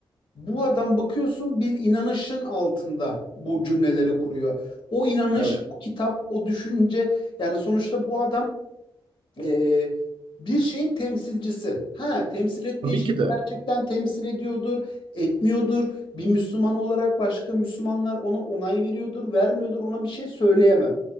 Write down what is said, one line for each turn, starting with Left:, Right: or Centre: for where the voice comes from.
Left: Bu adam bakıyorsun bir inanışın altında bu cümleleri kuruyor. O inanış,
Right: Evet.
Left: o kitap, o düşünce yani sonuçta bu adam e, bir şeyin temsilcisi. Ha, temsil ettiği
Right: Tabii
Left: şey
Right: ki de.
Left: gerçekten temsil ediyordur, etmiyordur. Bir Müslüman olarak başka Müslümanlar ona onay veriyordur, vermiyordur. Ona bir şey söyleyemem.